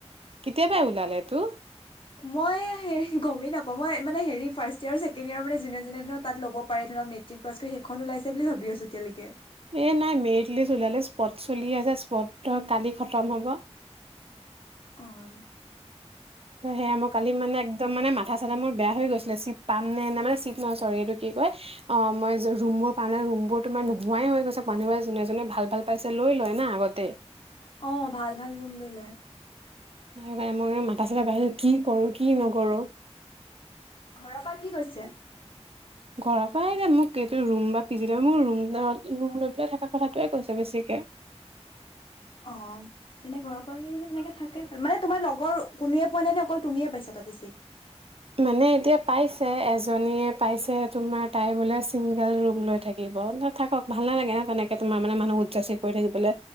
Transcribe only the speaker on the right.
কেতিয়া -বাই ওলালেটো।
এ', নাই মেৰিট লিষ্ট ওলালে, স্পট চলি আছে স্পট কালি খতম হ'ব।
সেয়া মই কালি মানে, একদম মানে, মাথা চাথা মোৰ বেয়া হৈ গৈছিলে, চিট পাম নে নে মানে চিট নহয় চৰি এইটো। কি কয়, অ মই ৰুম বোৰ পাওঁ ন ৰুম বোৰ তোমাৰ নোহোৱাই হৈ গৈচে, মানুহবোৰে জোনে জোনে ভাল ভাল পাইছে লৈ লয় না আগতেই।
কাৰণে মই মাথা চাথা বেয়া হৈ গৈছে কি কৰো? কি নকৰো?
ঘৰৰ পৰা এ যে মোক এইটো ৰুম বা। পি
জি ৰুম মোৰ ৰুম ৰুম লৈ পেলাই থকা কথাটোৱে কৈছে বেছিকে।
মানে এতিয়া পাইছে, এজনীয়ে পাইছে। তুমাৰ তাই বোলে চিং। গল ৰুম লৈ থাকিব। থাকক ভাল নালাগে না তেনেকে তোমাৰ মানে মানুহক উপযাচি কৈ থাকিবলে।